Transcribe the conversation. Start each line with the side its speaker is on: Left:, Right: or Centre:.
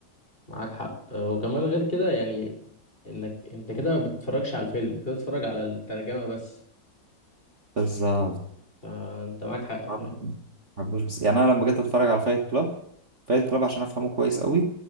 Left: معاك حق آه، وكمان غير كده يعني انك انت كده ما بتتفرجش على الفيلم انت كده بتتفرج على الترجمة بس
Right: بالظبط
Left: فانت معاك حق فعلا
Right: ما بحبوش بس يعني انا لما جيت اتفرج على فايت كلاب فايت كلاب عشان افهمه كويس قوي